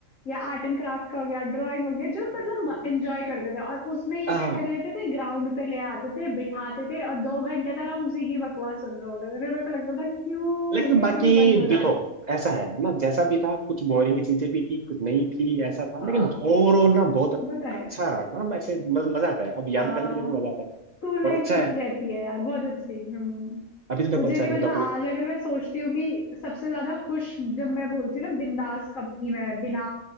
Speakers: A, on the left; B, on the right.
A: या आर्ट एंड क्राफ्ट का हो गया ड्राइंग हो गया जो मतलब एंजॉय करते थे और उसमें ये
B: हाँ
A: क्या कर लेते थे ग्राउंड पे ले आते थे बिठाते थे और दो घंटे तक हम उसी की बकवास सुन रहे होते थे फिर मेरे को लगता था क्यों
B: लेकिन
A: ये
B: बाकी
A: क्यों नहीं बंद हो
B: देखो
A: रहा
B: ऐसा है ना जैसा भी था कुछ बोरिंग चीजें भी थी कुछ नहीं थी ऐसा था
A: आ,
B: लेकिन ओवरऑल ना बहुत
A: पता
B: अच्छा
A: है
B: रहा ना वैसे म- मजा आता है अब याद
A: हाँ
B: करने में भी मजा आता है
A: स्कूल
B: और
A: लाइफ
B: अच्छा
A: तो
B: है
A: रहती है यार बहुत अच्छी हम्म
B: अभी तो देखो
A: मुझे
B: अच्छा
A: भी
B: है
A: मतलब
B: मैं तो अपने
A: आज अगर मैं सोचती हूँ कि सबसे ज्यादा खुश जब मैं बोलती हूँ ना बिंदास कब थी मैं बिना